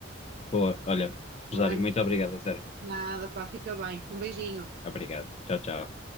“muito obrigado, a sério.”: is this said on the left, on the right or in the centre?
Left